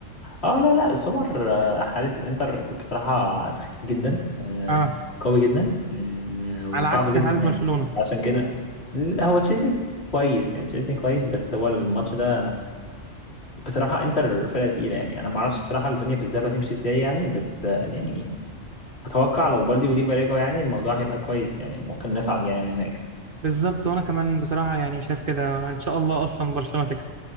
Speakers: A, on the left; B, on the right.
A: اه لا لا سمر آه، حارس الانتر بصراحة سخيف جدا آه،
B: اه
A: قوي جدا آه، وصعب
B: على عكس
A: جدا
B: حارس
A: يعني
B: برشلونه
A: عشان كده لا، هو تشيزني كويس يعني تشيزني كويس بس هو الماتش ده بصراحة انتر فرقة تقيلة يعني انا ما اعرفش بصراحة الدنيا في الذهاب هتمشي ازاي يعني بس آه، يعني اتوقع لو بالدي وليفا رجعوا يعني الموضوع هيبقى كويس يعني ممكن نصعد يعني من هناك
B: بالظبط وانا كمان بصراحه يعني شايف كده ان شاء الله اصلا برشلونه تكسب